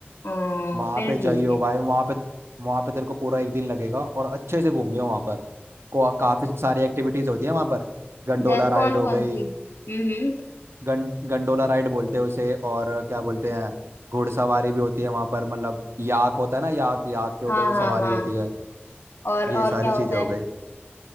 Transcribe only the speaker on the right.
वहां
पे जाइयो
भाई वहां पे वहां पे तेरे को पूरा एक दिन लगेगा और अच्छे से घूमियो वहां पर को, काफी सारी एक्टिविटीज होती है वहां पर गंडोला
राइड हो
गई
गं, गंडोला राइड बोलते हैं उसे और क्या बोलते हैं घुड़सवारी भी होती है वहां पर मतलब याक होता है ना याक याक के ऊपर
भी
सवारी
होती है
ये
सारी
चीजें
हो गई